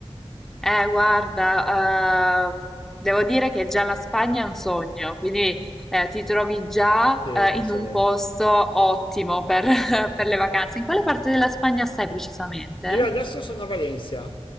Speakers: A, in the centre; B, on the left.
A: Eh, guarda, ehm, devo dire che già la Spagna è un sogno, quindi eh, ti trovi già
B: Sì,
A: eh,
B: forse
A: in un
B: è vero.
A: posto ottimo per, <laughs> per le vacanze. In quale parte della Spagna stai precisamente?
B: Io adesso sono a Valencia,